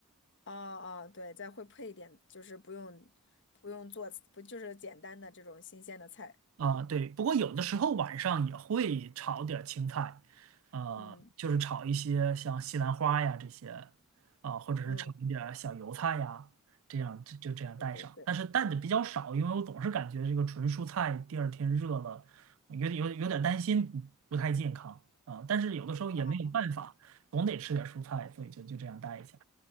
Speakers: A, on the left; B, on the right.
A: 哦哦，对，再会配一点，就是不用不用做，不就是简单的这种新鲜的菜。
B: 啊，对，不过有的时候晚上也会炒点儿青菜，呃，
A: 嗯
B: 就是炒一些像西兰花呀这些，啊，或者是炒一点儿小油菜呀，
A: 嗯，
B: 这样就就这样带上。
A: 对对对。
B: 但是带的比较少，因为我总是感觉这个纯蔬菜第二天热了，有点有有点担心不不太健康啊。但是有的时候也没有办法，
A: 哦
B: 总得吃点蔬菜，所以就就这样带一下。